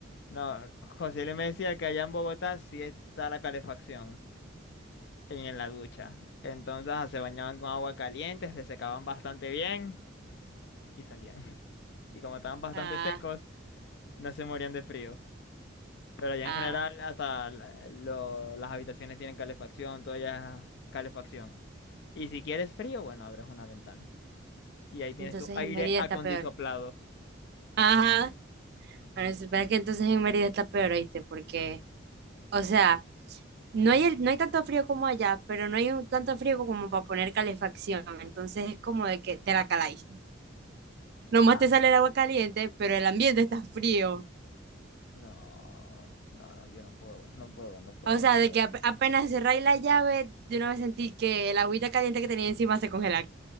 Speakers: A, on the left; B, on the right.
A: No, José le me decía que allá en Bogotá sí está la calefacción. en la ducha. Entonces ah, se bañaban con agua caliente, se secaban bastante bien y salían. <laughs> Y como estaban bastante
B: Ah,
A: secos, no se morían de frío. Pero allá
B: ah.
A: en general hasta la- lo- las habitaciones tienen calefacción, todo ya es calefacción. Y si quieres frío, bueno, abres una ventana. Y ahí tienes
B: Entonces
A: tu aire
B: en Mérida
A: acondisoplado.
B: está peor. Ajá. Bueno, espera que entonces en Mérida está peor, ¿oíste? Porque, o sea, no hay, el- no hay tanto frío como allá, pero no hay un, tanto frío como para poner calefacción. Entonces es como de que te la caláis. Nomás
A: Ah,
B: te sale el agua caliente, pero el ambiente está frío.
A: no, no, no, yo no puedo, no puedo, no puedo,
B: O sea,
A: no puedo.
B: de que ap- apenas cerráis la llave, de una vez sentí que el agüita caliente que tenía encima se congela.